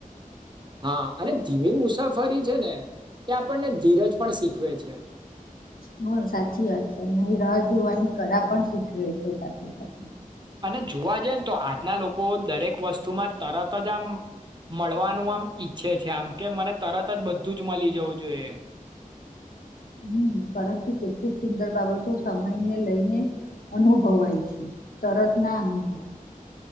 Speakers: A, on the right (about 30°); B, on the left (about 85°).
A: હા, અને ધીમી મુસાફરી છે, ને એ આપણને ધીરજ પણ શીખવે છે.
B: હ, સાચી વાત છે, અને રાહ જોવાની કળા પણ શીખવે છે, સાથે-સાથે.
A: અને જોવા જઈએ ને, તો આજના લોકો દરેક વસ્તુમાં તરત જ આમ મળવાનું આમ ઈચ્છે છે, આમ કે મને તરત જ બધું જ મળી જવું જોઈએ.
B: હમ્મ, પરંતુ કેટલીક સુંદર બાબતો સમયને લઈને અનુભવાય છે, તરત ના અનુભવાય.